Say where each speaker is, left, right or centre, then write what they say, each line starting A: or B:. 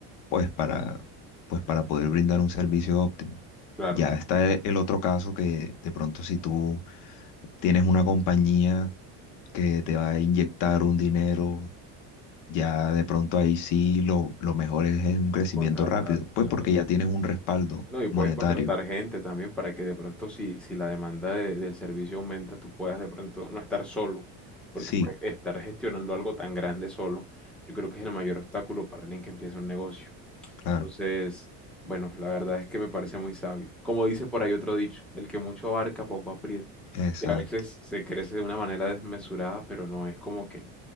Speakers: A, on the left; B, in the centre.
A: pues para, pues para poder brindar un servicio óptimo.
B: Claro,
A: Ya está e- el otro caso que de pronto si tú tienes una compañía que te va a inyectar un dinero ya de pronto ahí sí lo, lo mejor es, es un crecimiento
B: contratar,
A: rápido, pues
B: claro.
A: porque ya tienes un respaldo
B: No, y puedes
A: monetario.
B: contratar gente también para que de pronto si, si la demanda de- del servicio aumenta, tú puedas de pronto no estar solo, porque
A: Sí,
B: pues estar gestionando algo tan grande solo, yo creo que es el mayor obstáculo para alguien que empieza un negocio.
A: claro,
B: Entonces, bueno, la verdad es que me parece muy sabio. Como dice por ahí otro dicho, el que mucho abarca, poco aprieta.
A: exacto,
B: Y a veces se crece de una manera desmesurada, pero no es como que